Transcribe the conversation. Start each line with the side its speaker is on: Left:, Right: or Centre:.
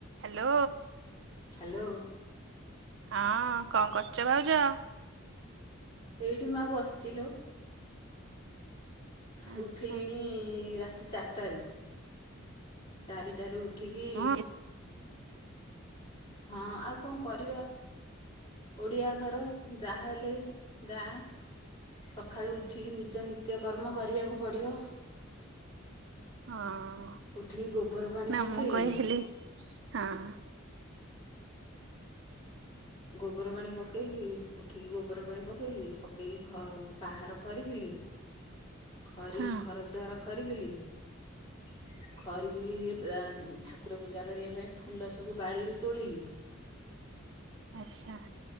Right: Hello.
Left: Hello.
Right: ହଁ କଁ କରୁଚ ଭାଉଜ?
Left: ଏଇଠି ମା ବସଚି ଲୋ।
Right: ଆଛା
Left: ଉଠିଲିଣି ରାତି ଚାରଟାରୁ। ଚାରିଟାରୁ ଉଠିକି
Right: ହଁ
Left: ହଁ ଆଉ କଁ କରିବା? ଓଡ଼ିଆ ଘର ଯାହେଲେ ଗାଁ। ସଖାଳୁ ଉଠିକି ନିଜ ନିତ୍ୟକର୍ମ କରିବାକୁ ପଡ଼ିବ।
Right: ହଁ
Left: ଉଠିକି ଗୋବରପାଣି
Right: ନା
Left: ପକେଇଲି।
Right: ମୁଁ କହିଲି ହଁ।
Left: ଗୋବର ପାଣି ପକେଇକି ଉଠିକି ଗୋବର ପାଣି ପକେଇଲି ପକେଇକି ଖ ବାହାର ଖରିକିଲି। ଖରିକି
Right: ହଁ
Left: ଘର ଦ୍ୱାର ଖରିକିଲି। ଖରିକି ରା ଠାକୁର ପୂଜା କରିବା ପାଇଁ ଫୁଲ ସବୁ ବାଡ଼ିରୁ ତୋଳିଲି।
Right: ଆଚ୍ଛା।